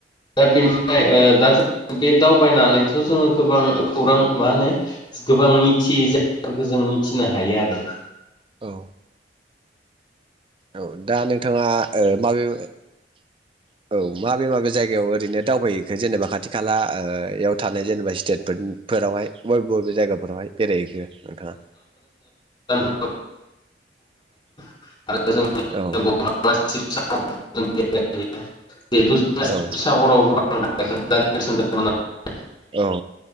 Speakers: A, on the left (about 30°); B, on the right (about 30°).
A: दा बेनिफ्राय ओ दा बे दावबायनानैथ' जोङो गोबां खौरां मा होनो गोबां मिथियै ज फोरखो जों मिथिनो हायो आरो
B: औ औ दा नोंथाङा ओ माबे औ माबे माबे जायगायाव ओरैनो दावबायहैखो जेनेबा खाथि खालायाव ओ थानाय जेनेबा स्टेट फोरावहाय बब बबे जायगाफोरावहाय बेरायहैखो नोंथाङा
A: अ आरो जों
B: औ
A: <unintelligible>
B: औ
A: <unintelligible>
B: औ